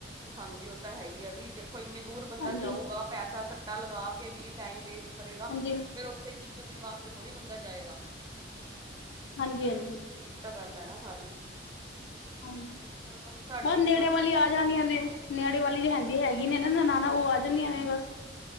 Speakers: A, on the right; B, on the left.
A: ਹਾਂਜੀ ਉਹ ਤਾਂ ਹੈ ਹੀ ਐ, ਵੀ ਦੇਖੋ ਇੰਨੀ ਦੂਰ ਬੰਦਾ
B: ਹਾਂਜੀ
A: ਜਾਊਗਾ ਪੈਸਾ ਕੱਟਾ ਲਗਾ ਕੇ ਵੀ ਟਾਈਮ ਵੇਸਟ ਕਰੇਗਾ
B: ਹਾਂਜੀ
A: ਫੇਰ ਉੱਥੇ ਕੀ ਇੱਕ ਦਿਨ ਵਾਸਤੇ ਥੋੜ੍ਹੀ ਬੰਦਾ ਜਾਏਗਾ।
B: ਹਾਂਜੀ-ਹਾਂਜੀ।
A: ਏ ਵੀ ਤਾਂ ਗੱਲ ਐ ਨਾ ਸਾਰੀ।
B: ਹਾਂਜੀ
A: ਚਲੋ ਸਾਡੀ
B: ਬਸ
A: ਵੀ
B: ਨੇੜੇ ਵਾਲੀ ਆ ਜਾਣੀਆ ਨੇ। ਨੇੜੇ ਵਾਲੀ ਰਹਿੰਦੀ ਹੈਗੀ ਨੇ ਨਾ ਨਨਾਣਾ ਓ ਆ ਜਾਂਦੀਆਂ ਨੇ ਬਸ।